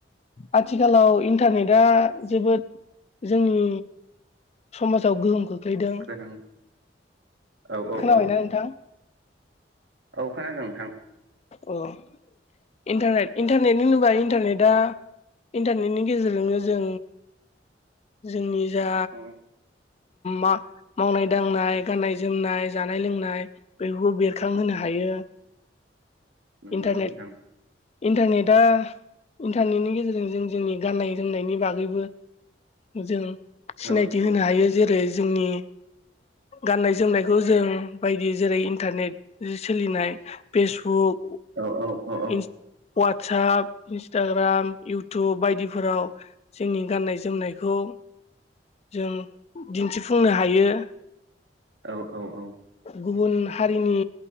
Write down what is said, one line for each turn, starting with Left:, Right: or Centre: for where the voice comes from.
Left: आथिखालाव इन्टारनेटआ जोबोद जोंनि समाजाव गोहोम खोख्लैदों
Right: गोनां। औ औ
Left: खोनाबायना
Right: औ औ।
Left: नोंथां
Right: औ खोनादों नोंथां।
Left: अ' इन्टारनेट इन्टारनेट होनोबा इन्टारनेटआ इन्टारनेटनि गेजेरजोंनो जों जोंनि जा
Right: औ
Left: मावनाय दांनाय गाननाय जोमनाय जानाय लोंनाय बेफोरखौ बेरखांहोनो हायो। <inaudible>
Right: नंगौ
Left: इन्टारनेट
Right: नोंथां‌।
Left: इन्टारनेटआ इन्टारनेटनि गेजेरजों जों जोंनि गाननाय जोमनायनि बागैबो जों सिनायथि
Right: औ औ
Left: होनो हायो जेरै-जोंनि गाननाय- जोमनायखौ जों बायदि जेरै- इन्टारनेट‌आव सोलिनाय फेसबुक
Right: औ औ औ औ
Left: इन्स वाटसप इन्सटाग्राम इउटुब बायदिफोराव जोंनि गाननाय जोमनायखौ जों दिन्थिफुंनो हायो।
Right: औ औ औ।
Left: गुबुन हारिनि